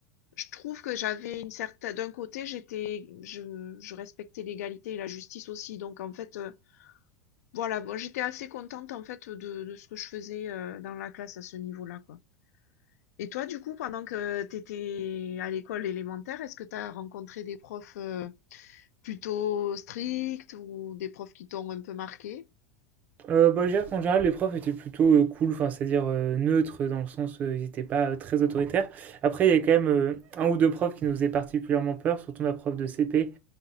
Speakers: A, on the left; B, on the right.
A: je trouve que j'avais une certaine, d'un côté, j'étais, je, je respectais l'égalité et la justice aussi. Donc, en fait, euh, voilà, bon, j'étais assez contente, en fait, de, de ce que je faisais euh, dans la classe à ce niveau-là, quoi. Et toi, du coup, pendant que tu étais à l'école élémentaire, est-ce que tu as rencontré des profs euh, plutôt stricts ou des profs qui t'ont un peu marqué?
B: Euh, bah, je dirais qu'en général, les profs étaient plutôt euh, cool, enfin, c'est-à-dire euh, neutres, dans le sens euh, ils n'étaient pas euh, très autoritaires. Après, il y avait quand même euh, un ou deux profs qui nous faisaient particulièrement peur, surtout ma prof de CP,